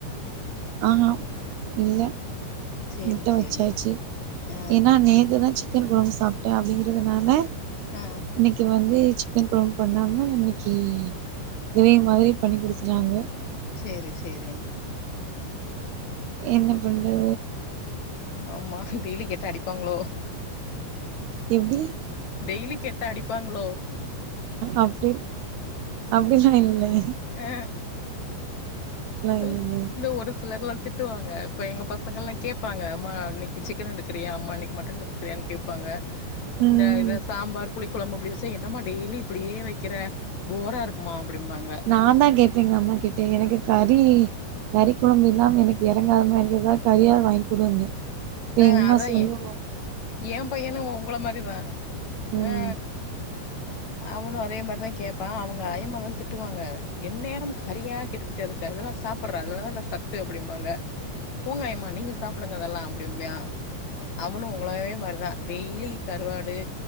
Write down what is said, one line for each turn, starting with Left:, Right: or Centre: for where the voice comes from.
Right: ஆ அ இல்ல
Left: சேரி
Right: முட்ட
Left: சேரி
Right: வச்சாச்சு
Left: ஆ
Right: ஏனா நேத்து தா சிக் கன் குழம்பு சாப்ட்ட அப்டிங்கறதுனால
Left: ஆ
Right: இன்னைக்கு வந்து சிக்கன் குழம்பு பண்ணாம இன்னைக்கு கிரேவி மாரி பண்ணி கொடுத்தாங்க
Left: சேரி சேரிங்
Right: என்ன பண்றது
Left: ஆமா டெய்லி கேட்டா அடிப்பாங்ளோ
Right: எப்டி
Left: டெய்லி கேட்டா அடிப்பாங்ளோ
Right: அப்டி அப்டில்லா இல்லே
Left: ஆ
Right: இல்லங்க
Left: ம் இந்த ஒரு சிலர்லா திட் ட்டுவாங்க இப்ப எங்க பசங்கல்லா கேப்பாங்க அம்மா இன்னிக்கி சிக்கன் எடுக்றியாமா இன்னிக் மட்டன் எடுக்றியான் கேப் ப்பாங்க
Right: ம்
Left: இந்த இத சாம்பார் புளி கொழம்பு அப்டிவிசய் என்னம்மா டெய்லி இப்படியே வெக்கிற போரா இருக்குமா அப்டிம்பாங்க
Right: நா தா கெட் எங்கம்மா கிட்டே எனக்கு கறி கறி கொழம்பு இல்லாம எனக்கு யறங்காத மாரியே தா கறியா வாய்ன் குடுன்னே ப்பி
Left: ஆ
Right: எங் மா
Left: அதா
Right: சொல்லுவோ
Left: ஏ ஏ பையனு உங்கள மாரி தா
Right: ம்
Left: ஆ அவனு அதே மார் தய் கேப்பா அவங்க அய்மகன் திட்டுவாங்க என் நேரும் கறியா கேட்டு ட்டிர்க்கு அதெல்லா சாப்புர்றா அதுலதான்டா சத்து அப்டிம்பாங்க பூங்காயமா நீங்க சாப்புடுங்க அதெல்லாம் அப்டிம்யா அவனு உங்களாவே மார்தா டெய்லி கருவாடு